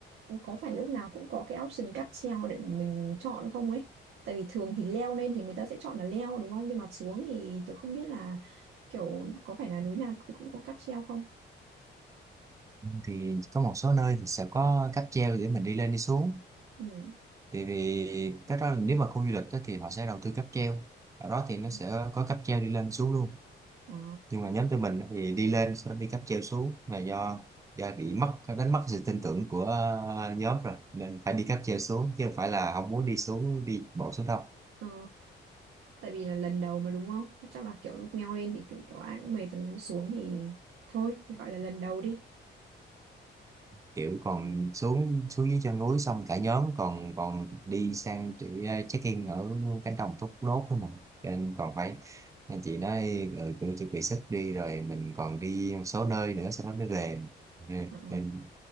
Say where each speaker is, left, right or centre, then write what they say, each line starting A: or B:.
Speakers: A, on the right; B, on the right.
A: có phải lúc nào cũng có cái option cáp treo để mà mình chọn không ấy. Tại vì thường thì leo lên thì người ta sẽ chọn là leo đúng không? Nhưng mà xuống thì tôi không biết là kiểu có phải là núi nào thì cũng có cáp treo không?
B: thì có một số nơi thì sẽ có cáp treo để mình đi lên đi xuống
A: Ừ.
B: thì, vì cái đó là nếu mà khu du lịch á, thì họ sẽ đầu tư cáp treo ở đó thì
A: Ừ.
B: nó sẽ có cáp treo đi lên xuống luôn
A: À,
B: nhưng mà nhóm tụi mình á, thì đi lên sau đó đi cáp treo xuống là do do bị mất đánh mất sự tin tưởng của ờ, nhóm rồi nên phải đi cáp treo xuống chứ không phải là không muốn đi xuống đi bộ xuống đâu
A: ờ, tại vì là lần đầu mà đúng không? Chắc là kiểu lúc leo lên thì kiểu ai cũng mệt rồi xuống thì thôi gọi là lần đầu đi.
B: kiểu còn xuống xuống dưới chân núi xong cả nhóm còn còn đi sang để check in ở cánh đồng thốt nốt thôi mà Cho nên còn phải nên chị nói ừ, cũng chuẩn bị sức đi rồi mình còn đi một số nơi nữa sau đó mới về Ừ,
A: Ờ.
B: nên